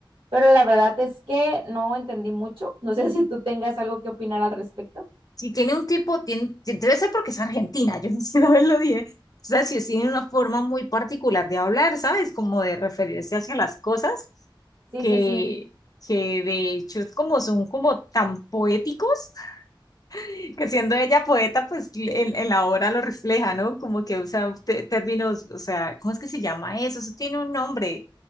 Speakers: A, on the right; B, on the left.
A: pero la verdad es que no entendí mucho. No sé si tú tengas algo que opinar al respecto.
B: Si tiene un tipo, tiene, debe ser porque es argentina, yo <laughs> no sé una lo dije. O sea, si tiene una forma muy particular de hablar, ¿sabes? Como de referirse hacia las cosas,
A: Sí,
B: que,
A: sí, sí.
B: que de hecho es como son como tan poéticos, <laughs> que siendo ella poeta, pues en, en la obra lo refleja, ¿no? Como que usa te- términos, o sea, ¿cómo es que se llama eso? Eso tiene un nombre.